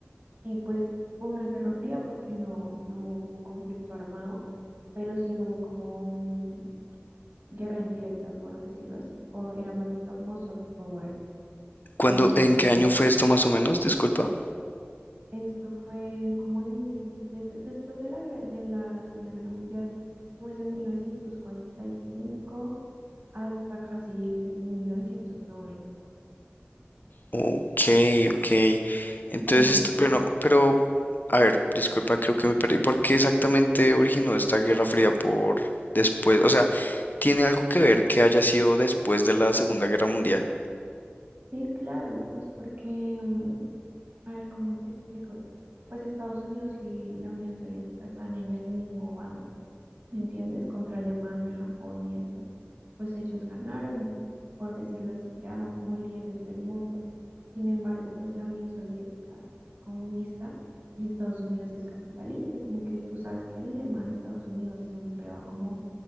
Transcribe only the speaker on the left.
¿Cuándo,
en qué año fue esto más o menos? Disculpa.
Ok, ok. Entonces,
esto- bueno, pero, a ver, disculpa, creo que me perdí. ¿Por qué exactamente originó esta Guerra Fría por después? O sea, ¿tiene algo que ver que haya sido después de la Segunda Guerra Mundial?